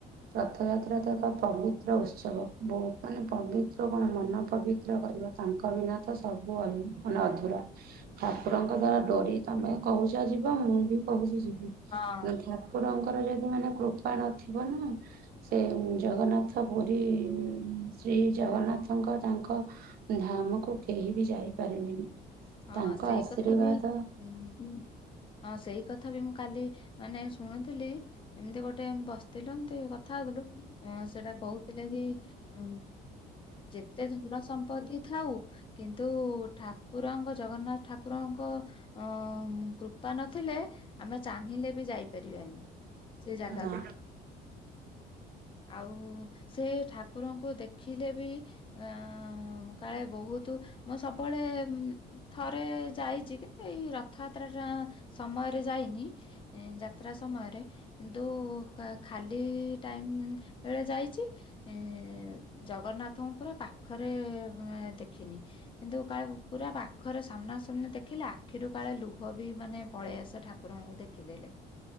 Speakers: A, on the right (about 65°); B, on the left (about 30°).
A: ରଥଯାତ୍ରା ତ ଏକ ପବିତ୍ର ଉତ୍ସବ। ବହୁତ ମାନେ ପବିତ୍ର କଣ ମନ ପବି ତ୍ର କରିବା ତାଙ୍କ ବିନା ତ ସବୁ ଅଲ ମାନେ ଅଧୁରା। ଠାକୁରଙ୍କ ଦ୍ଵାରା ଡୋରି ତମେ କହୁଚ ଯିବ ମୁଁ ବି କହୁଚି ଯିବି। ନ
B: ହଁ।
A: ହେଲେ ଠାକୁରଙ୍କର ଯଦି ମାନେ କୃପା ନଥିବ ନା ସେ ଜଗନ୍ନାଥ ପୁରୀ ଶ୍ରୀ ଜଗନ୍ନାଥଙ୍କ ତାଙ୍କ ଧାମକୁ କେହି ବି ଯାଇପାରିବେନି।
B: ହଁ
A: ତାଙ୍କ
B: ସେଇ
A: ଆଶୀର୍ବାଦ
B: କଥା ବି ଉଁ ହୁଁ ହଁ ସେଇ କଥା ବି ମୁଁ କାଲି ମାନେ ଶୁଣୁଥିଲି। ଏମିତି ଗୋଟେ ବସ ଥିଲୁ ଏମତି କଥା ହଉଥିଲୁ ଅଁ ସେଟା କହୁଥିଲେ କି ଅଁ ଯେତେ ଧନ ସମ୍ପତ୍ତି ଥାଉ କିନ୍ତୁ ଠାକୁରଙ୍କ ଜଗନ୍ନାଥ ଠାକୁରଙ୍କ ଅଁ କୃପା ନଥିଲେ ଆମେ ଚାହିଁଲେ ବି ଯାଇ ପାରିବାନି ସେ ଜାଗାକୁ।
A: ନା
B: ଆଉ ସେ ଠାକୁରଙ୍କୁ ଦେଖିଲେ ବି ଆ କାଳେ ବହୁତ ମୁଁ ସବୁବେଳେ ଉଁ ଥରେ ଯାଇଚି କିନ୍ତୁ ଏଇ ରଥଯାତ୍ରାଟା ସମୟରେ ଯାଇନି। ଏଁ ଯାତ୍ରା ସମୟରେ। କିନ୍ତୁ କା ଖାଲି ଟାଇମ ବେଳେ ଯାଇଚି। ଏଁ ଜଗନ୍ନାଥଙ୍କୁ ପୁରା ପାଖରେ ଦେଖିନି। କିନ୍ତୁ କାଏବ ପୁରା ପା ଖରେ ସାମ୍ନା ସାମ୍ନା ଦେଖିଲେ ଆଖିରୁ କାଳେ ଲୁହ ବି ମାନେ ପଳେଇ ଆସେ ଠାକୁରଙ୍କୁ ଦେଖିଦେଲେ।